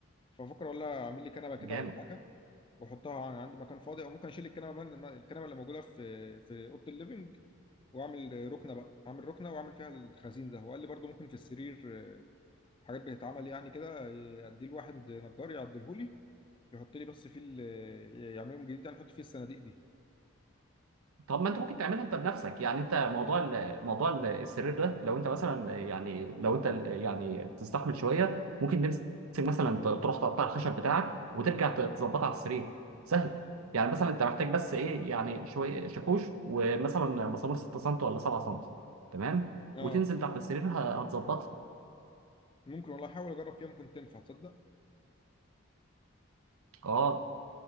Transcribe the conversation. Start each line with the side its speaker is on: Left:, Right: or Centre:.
Left: ففكر والله اعمل لي كنبه كده
Right: جامد
Left: ولا حاجه واحطها انا عندي مكان فاضي او ممكن اشيل الكنبه من الكنبه اللي موجوده في في اوضه الليفنج واعمل ركنه بقى اعمل ركنه واعمل فيها الخزين ده وقال لي برضو ممكن في السرير حاجات بتتعمل يعني كده اديه لواحد نجار يعدلهولي يحط لي بس فيه ال- يعملهم جديد يعني يحط فيه الصناديق دي
Right: طب ما انت ممكن تعملها انت بنفسك يعني انت موضوع ال- موضوع ال- السرير ده لو انت مثلا يعني لو انت ال- يعني تستحمل شويه ممكن تمسك مثلا ت- تروح تقطع الخشب بتاعك وترجع ت- تظبطها على السرير سهل يعني مثلا انت محتاج بس ايه يعني شويه شاكوش ومثلا مسامير 6 سم ولا 7 سم تمام
Left: اه
Right: وتنزل تحت السرير ه- هتظبطها
Left: ممكن والله احاول اجرب فيها ممكن تنفع تصدق
Right: اه